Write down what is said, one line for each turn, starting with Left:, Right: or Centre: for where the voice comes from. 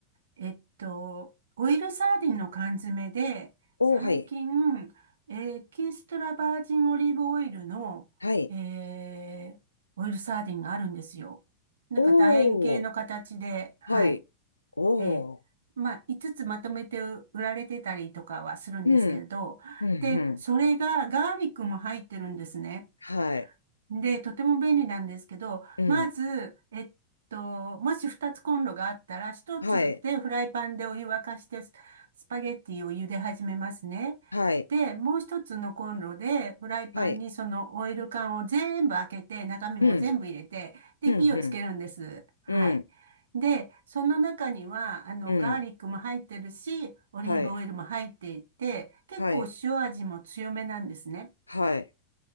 Right: えっと、オイルサーディンの缶詰で、
Left: おー、
Right: 最近、
Left: はい、
Right: エキストラバージンオリーブオイルの、
Left: はい、
Right: えーオイルサーディンがあるんですよ。なんか楕円形の形で、
Left: おー、
Right: はい。
Left: はい。おお、
Right: ええまあ、5つつまとめて売られてたりとかはするんですけれど、
Left: うん、うん、
Right: で、
Left: うん。
Right: それがガーリックも入ってるんですね。
Left: はい、
Right: で、とても便利なんですけど、
Left: うん、
Right: まず、えっと、もし二つコンロがあったら、一つでフライパンでお湯沸かしてス、
Left: はい、
Right: スパゲッティを茹で始めますね。
Left: はい、
Right: で、もう一つのコンロで、フライパンにそのオイル缶を全部開けて、
Left: はい、
Right: 中身も全部入れて、
Left: うん、
Right: で、
Left: うん、
Right: 火をつけるんです。
Left: うん、
Right: はい。
Left: うん、
Right: で、その中には、あの、
Left: うん、
Right: ガーリックも入ってるし、オリーブオイルも入っていて、
Left: はい、
Right: 結構塩味も強めなんですね。
Left: はい、はい、